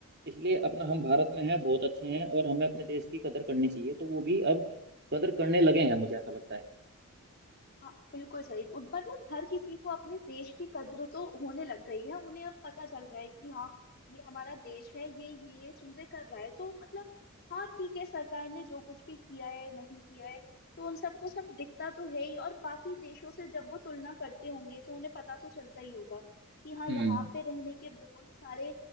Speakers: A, on the right (about 50°); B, on the left (about 45°).
A: इसलिए अपना हम भारत में हैं बहुत अच्छे हैं और हमें अपने देश की कदर करनी चाहिए तो वो भी अब कदर करने लगे हैं मुझे ऐसा लगता है
B: हाँ बिल्कुल सही उत- मतलब हर किसी को अपने देश की कद्र तो होने लग गई है उन्हें अब पता चल रहा है कि हाँ ये हमारा देश है ये ये ये चीजें कर रहा है तो मतलब हाँ ठीक है सरकार ने जो कुछ भी किया है नहीं किया है तो उन सबको सब दिखता तो है ही और बाकी देशों से जब वो तुलना करते होंगे तो उन्हें पता तो चलता ही होगा कि हाँ
A: हम्म
B: यहाँ पे रहने के बहुत सारे